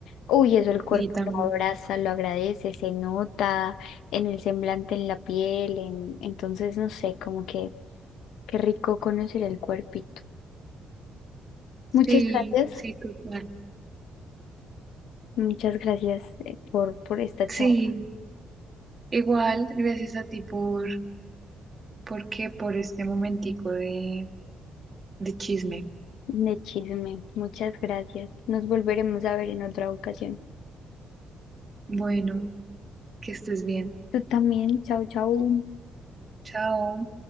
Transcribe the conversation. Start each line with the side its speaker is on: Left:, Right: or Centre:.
Left: Uy, eso el cuerpo
Right: sí también.
Left: lo abraza, lo agradece, se nota en el semblante, en la piel, en... entonces no sé, como que qué rico conocer el cuerpito. Muchas
Right: Sí,
Left: gracias,
Right: sí, total.
Left: muchas gracias eh, por, por esta
Right: Sí,
Left: charla
Right: igual, gracias a ti por, porque por este momentico de, de chisme.
Left: de chisme, muchas gracias. Nos volveremos a ver en otra ocasión.
Right: Bueno, que estés bien.
Left: Tú también, chao, chao.
Right: Chao.